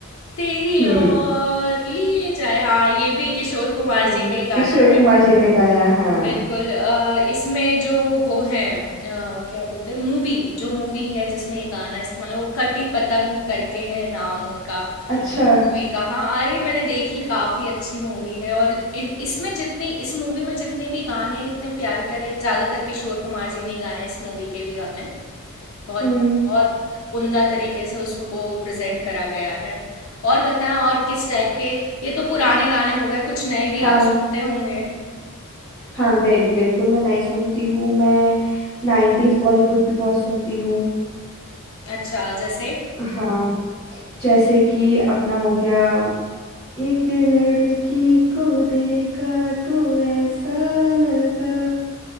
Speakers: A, on the left; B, in the centre.
A: तेरी
B: हम्म
A: और लिए जाए हाँ ये भी किशोर कुमार
B: हम्म
A: जी का ही गाना
B: किशोर
A: है
B: कुमार जी ने गाया है, हाँ
A: बिल्कुल अ, इसमें जो वो हैं अ, क्या बोलते हैं मूवी जो मूवी है जिसमें ये गाना इस्तेमाल है, वो कटी पतंग करके है नाम उनका
B: अच्छा
A: मूवी का हाँ अरे मैंने देखी है काफी अच्छी मूवी है और इन इसमें जितनी इस मूवी में जितने भी गाने हैं, इतने प्यारे प्यारे ज्यादातर किशोर कुमार जी ने ही गाए हैं इस मूवी के भी गाने बहुत
B: हम्म
A: बहुत उम्दा तरीके से उसको प्रेजेंट करा गया है और बताएं और किस टाइप के ये तो पुराने गाने हो गए कुछ नए भी
B: हाँ
A: आप सुनते होंगे
B: हाँ बे, बिल्कुल मैं नए सुनती हूँ मैं नाइन्टीज बॉलीवुड भी बहुत सुनती हूँ
A: अच्छा जैसे
B: हाँ जैसे कि अपना हो गया एक लड़की को देखा तो ऐसा लगा